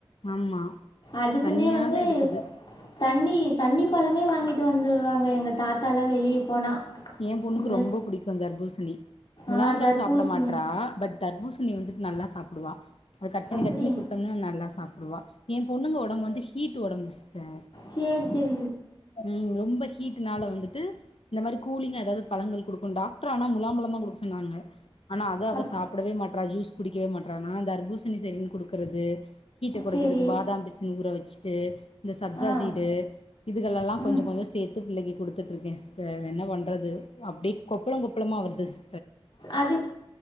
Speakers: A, on the left; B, on the left.
A: ஆமா
B: அதுக்குன்னே
A: தண்ணியாதா
B: வந்து
A: எடுக்குது
B: தண்ணி தண்ணி பழமே வாங்கிட் டு வந்துடுவாங்க எங்க தாத்தால்லா வெளிய போனா
A: எ பொண்ணுக்கு
B: இந்த
A: ரொம்போ புடிக்கு தர்பூசணி முலாம்பழ
B: ஆ தர்பூசணி
A: சாப்புட மாட்றா பட் தர்பூசணி வந்துட் நல்லா சாப்புடுவா அத் கட் பண்ணி
B: அப்படி
A: கட் பண்ணி குடுத்தோன்னா நல்லா சாப்புடுவா எ பொண்ணுங்க ஒடம்பு வந்து ஹீட்டு ஒடம்புங்க சிஸ்ட
B: செரி செரி
A: ம் ரொம்ப ஹீட்டுனால வந்துட்டு இந்த மாரி கூலிங்கா எதாவ்து பழங்கள் குடுக்குனு டாக்ரு ஆனா முலாம்பழம் தா குடுக் சொன்னாங்க ஆனா அத அவ
B: அப்
A: சாப்புடவே மாட்றா ஜூஸ் குடிக்கிவே மாட்றா நா தர்பூசணி செரின்னு குடுக்குறது ஹீட்ட கொறைக்கிறது
B: சரி
A: பாதாம் பிசின் ஊர வெச்சுட்டு இந்த சப்சா
B: ஆ
A: சீடு இதுகள்லெல்லா கொஞ்சு
B: ம்
A: கொஞ்சு சேத்து பிள்ளைக்ளுக் குடுத்துட்ருக்கே சிஸ்டர் என்ன பண்றது அப்டே கொப்ளோ கொப்பளமா வருது சி
B: அது